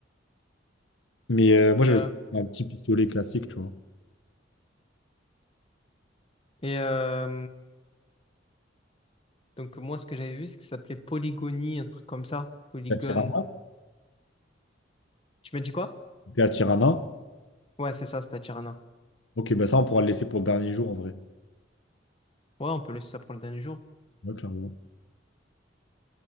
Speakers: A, on the left (about 90°); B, on the left (about 30°).
A: Mais euh, moi,
B: Et,
A: j'avais
B: euh,
A: un petit pistolet classique, tu vois.
B: et euh, donc, moi, ce que j'avais vu, c'est que ça s'appelait Polygonie, un truc comme ça. Polygone.
A: À Tirana.
B: Tu m'as dit quoi?
A: C'était à Tirana.
B: Ouais, c'est ça, c'était à Tirana.
A: Ok, bah ça, on pourra le laisser pour le dernier jour, en vrai.
B: Ouais, on peut laisser ça pour le dernier jour.
A: Ouais, clairement.